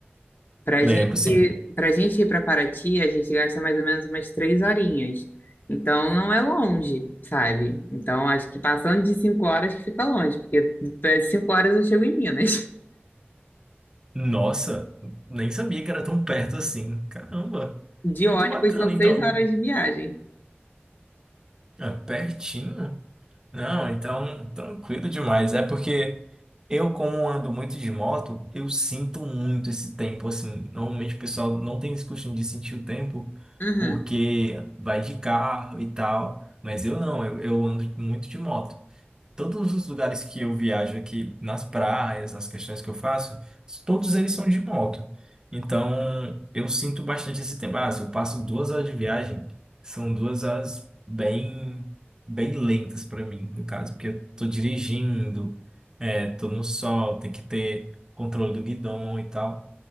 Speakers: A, on the left; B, on the right.
A: Para
B: Lembro,
A: gente,
B: sim.
A: para gente ir para Paraty, a gente gasta mais ou menos umas três horinhas. Então, não é longe, sabe? Então, acho que passando de cinco horas que fica longe, porque é, cinco horas eu chego em Minas. <laughs>
B: Nossa, nem sabia que era tão perto assim. Caramba,
A: De
B: muito
A: ônibus
B: bacana,
A: são seis
B: então.
A: horas de viagem.
B: É, pertinho? Não, então tranquilo demais. É porque Eu, como ando muito de moto, eu sinto muito esse tempo, assim. Normalmente o pessoal não tem esse costume de sentir o tempo,
A: Uhum.
B: porque vai de carro e tal. Mas eu não, eu, eu ando muito de moto todos os lugares que eu viajo aqui, nas praias, nas questões que eu faço, todos eles são de moto. Então, eu sinto bastante esse tempo. Ah, se eu passo duas horas de viagem, são duas horas bem, bem lentas para mim, no caso, porque eu tô dirigindo, é, tô no sol, tem que ter controle do guidão e tal.